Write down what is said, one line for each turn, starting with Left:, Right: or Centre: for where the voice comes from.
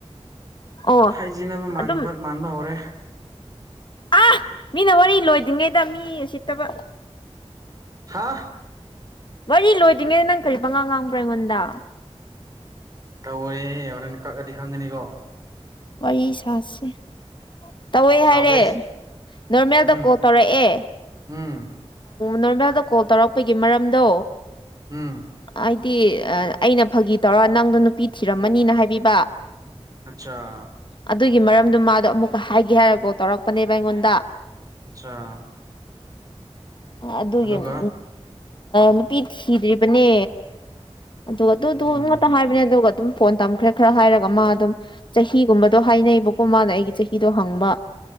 Left: ꯑꯣ
Right: ꯍꯥꯏꯖꯤꯟꯅꯕ ꯃꯥꯟꯕ
Left: ꯑꯗꯨꯝ
Right: ꯃꯥꯟꯕ ꯍꯧꯔꯦ
Left: ꯑ ꯃꯤꯅ ꯋꯥꯔꯤ ꯂꯣꯏꯗ꯭ꯔꯤꯉꯩꯗ ꯃꯤ ꯁꯤꯠꯇꯕ
Right: ꯍꯥꯥ
Left: ꯋꯥꯔꯤ ꯂꯣꯏꯗ꯭ꯔꯤꯉꯩꯗ ꯅꯪ ꯀꯔꯤ ꯄꯉꯥ ꯉꯥꯡꯕ꯭ꯔꯥ ꯑꯩꯉꯣꯟꯗ
Right: ꯇꯧꯔꯦ ꯍꯣꯔꯦꯟ ꯀꯛꯑꯗꯤ ꯈꯪꯉꯅꯤꯀꯣ
Left: ꯋꯥꯔꯤ ꯁꯥꯁꯦ ꯇꯧꯋꯦ
Right: ꯁꯥꯎꯗꯦꯁ
Left: ꯍꯥꯏꯔꯦ ꯅꯣꯔꯃꯦꯜꯗ
Right: ꯎꯝ
Left: ꯀꯣꯜ ꯇꯧꯔꯛꯑꯦ
Right: ꯎꯝ
Left: ꯅꯣꯔꯃꯦꯜꯗ ꯀꯣꯜ ꯇꯧꯔꯛꯄꯒꯤ ꯃꯔꯝꯗꯣ
Right: ꯎꯝ
Left: ꯍꯥꯏꯗꯤ ꯑꯩꯅ ꯐꯥꯒꯤ ꯇꯧꯔ ꯅꯪꯗꯣ ꯅꯨꯄꯤ ꯊꯤꯔꯝꯃꯅꯤꯅ ꯍꯥꯏꯕꯤꯕ
Right: ꯑꯠꯆꯥ
Left: ꯑꯗꯨꯒꯤ ꯃꯔꯝꯗꯣ ꯃꯥꯗꯣ ꯑꯃꯨꯛꯀ ꯍꯥꯏꯒꯦ ꯍꯥꯏꯔꯀꯣ ꯇꯧꯔꯛꯄꯅꯦꯕ ꯑꯩꯉꯣꯟꯗ
Right: ꯑꯆꯥ
Left: ꯑꯗꯨ
Right: ꯑꯗꯨꯒ
Left: <unintelligible> ꯅꯨꯄꯤ ꯊꯤꯗ꯭ꯔꯤꯕꯅꯦ ꯑꯗꯨꯒ ꯑꯗꯨꯗ
Right: ꯎꯝ
Left: ꯉꯥꯛꯇ ꯍꯥꯏꯕꯅꯦ ꯑꯗꯨꯒ ꯑꯗꯨꯝ ꯐꯣꯟ ꯇꯝꯈ꯭ꯔꯦ ꯈꯔ ꯍꯥꯏꯔꯒ ꯃꯥ ꯑꯗꯨꯝ ꯆꯍꯤꯒꯨꯝꯕꯗꯣ ꯍꯥꯏꯅꯩꯕꯀꯣ ꯃꯥꯅ ꯑꯩꯒꯤ ꯆꯍꯤꯗꯣ ꯍꯪꯕ